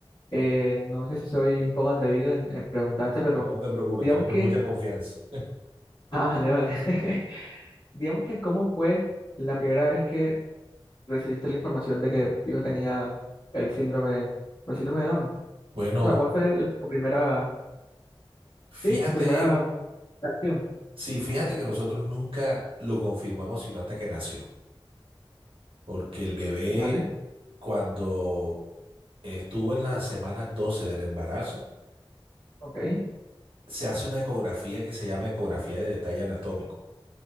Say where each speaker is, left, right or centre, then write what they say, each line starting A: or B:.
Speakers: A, on the left (about 50°); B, on the right (about 80°).
A: eh, no sé si soy un poco atrevido en, en preguntarte, pero
B: No te preocupes,
A: digamos
B: tenemos
A: que...
B: mucha confianza.
A: Ah, vale, vale. <laughs> Digamos que cómo fue la primera vez que recibiste la información de que tu hijo tenía el síndrome, el síndrome de Down.
B: Bueno,
A: O sea, ¿cuál fue el- tu primera,
B: fíjate,
A: sí, tu primera reacción?
B: sí, fíjate que nosotros nunca lo confirmamos sino hasta que nació, porque el bebé
A: Vale,
B: cuando Estuvo en la semana 12 del embarazo.
A: ok,
B: Se hace una ecografía que se llama ecografía de detalle anatómico.